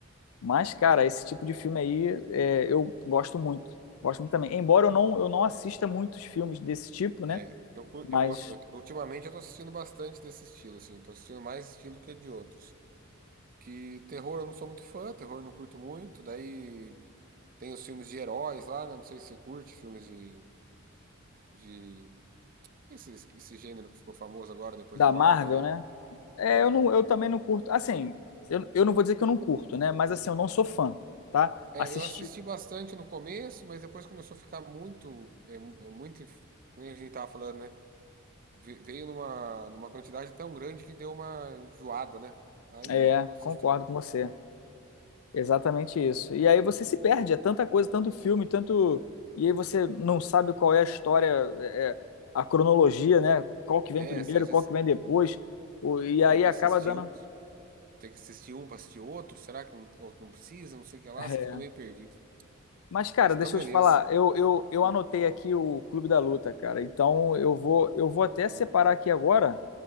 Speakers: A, on the left; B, on the right.
A: Mas, cara, esse tipo de filme aí é, eu gosto muito. Gosto muito também. Embora eu não, eu não assista muitos filmes desse tipo, né?
B: É, eu, cu-
A: Mas
B: eu gosto. eu- ultimamente eu tô assistindo bastante desse estilo, assim. Tô assistindo mais estilo que de outros. Que terror eu não sou muito fã, terror eu não curto muito. Daí tem os filmes de heróis lá, né? Não sei se você curte filmes de, de... Esse, esse gênero que ficou famoso agora depois
A: da
B: da Marvel,
A: Marvel,
B: né?
A: né? É,
B: É.
A: eu não, eu também não curto. Assim, eu, eu não vou dizer que eu não curto, né? Mas assim, eu não sou fã, tá?
B: É,
A: Assistir.
B: eu assisti bastante no começo, mas depois começou a ficar muito, é, mu- é muito, inf- que nem a gente tava falando, né? Ve- Veio numa, numa quantidade tão grande que deu uma enjoada, né? Aí
A: É,
B: não assisto
A: concordo
B: muito.
A: com você. Exatamente isso. E aí você se perde, é tanta coisa, tanto filme, tanto. E aí você não sabe qual é a história, é, é, a cronologia, né? Qual que vem
B: É,
A: primeiro,
B: se às vezes
A: qual que vem depois. O- E aí
B: Tem que
A: acaba
B: assistir,
A: dando.
B: um- tem que assistir um para assistir outro? Será que não, ou não precisa? Não sei o que lá,
A: é,
B: você fica meio perdido.
A: Mas, cara,
B: Mas então,
A: deixa
B: beleza.
A: eu te falar, eu, eu, eu
B: Hum,
A: anotei aqui o Clube da Luta, cara. Então eu vou eu vou até separar aqui agora.